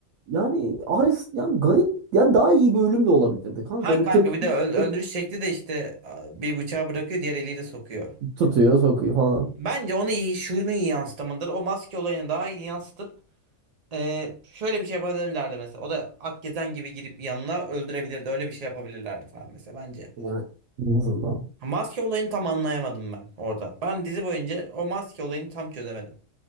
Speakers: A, on the right; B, on the right.
A: Yani Arya yani garip ya daha iyi bir ölüm de olabilirdi. Kanka
B: Ha
A: öyle
B: kanka
A: tık
B: bir de öl- öldürüş
A: tık
B: şekli de işte a, bir bıçağı bırakıyor diğer eliyle sokuyor.
A: tutuyor sokuyor falan.
B: Bence onu iyi şunu iyi yansıtamadır. O maske olayını daha iyi yansıtıp e, şöyle bir şey yapabilirlerdi mesela. O da Akgezen gibi girip yanına öldürebilirdi. Öyle bir şey yapabilirlerdi falan mesela bence.
A: Yani en azından.
B: Ha, Maske olayını tam anlayamadım ben orada. Ben dizi boyunca o maske olayını tam çözemedim.